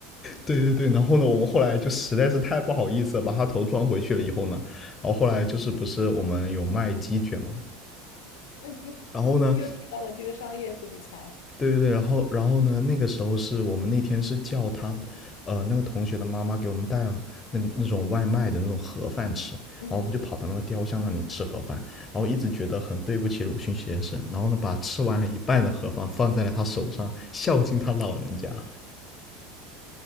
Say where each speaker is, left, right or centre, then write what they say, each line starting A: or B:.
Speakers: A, on the left; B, on the left.
A: 对对对，然后呢，我们后来就实在是太不好意思了，把他头装回去了以后呢，然后后来就是不是我们有卖鸡卷嘛，
B: 那你
A: 然后呢，
B: 又又提到了这个商业鬼才，
A: 对对对，然后然后呢？那个时候是我们那天是叫他，呃，那个同学的妈妈给我们带了那那种外卖的那种盒饭吃，然后我们就跑到那个雕像那里吃盒饭，
B: 嗯嗯，
A: 然后一直觉得很对不起鲁迅先生，然后呢，把吃完了一半的盒饭放在了他手上，孝敬他老人家，